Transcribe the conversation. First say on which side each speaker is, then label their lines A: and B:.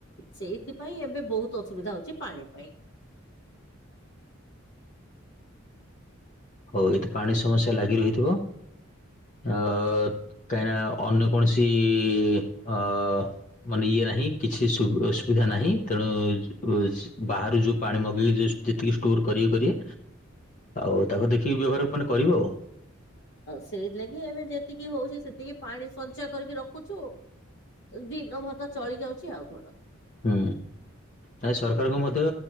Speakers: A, on the left; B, on the left.
A: ସେଇଥିପାଇଁ ଏବେ ବୋହୁତ ଅସୁବିଧା ହୋଉଛି ପାଣି ପାଇଁ।
B: ହୋଉ ଏଇଠି ପାଣି ସମସ୍ୟା ଲାଗି ରହିଥିବ ଅ କାହିଁକି ନା ଅନ୍ୟ କୌଣସି ଅ ମାନେ ଇଏ ନାହିଁ କିଛି ସୁବୁ ଅ ସୁବିଧା ନାହିଁ ତେଣୁ ଉ ସ୍ ବାହାରୁ ଯୋଉ ପାଣି ମଗେଇକି ଯଦି ଯେତିକି ଷ୍ଟୋର କରିବେ କରିବେ ଆଉ ତାକୁ ଦେଖିକି ବ୍ୟବହାରକୁ ମାନେ କରିବ ଆଉ।
A: ସେଇଥିଲାଗି ଏବେ ଯେତିକି ହଉଛି ସେତିକି ପାଣି ସଞ୍ଚୟ କରିକି ରଖୁଛୁ ଦିନ ଭରି ତ ଚଳି ଯାଉଛି ଆଉ କଣ?
B: ହୁଁ। ନାଇଁ ସରକାରଙ୍କୁ ମଧ୍ୟ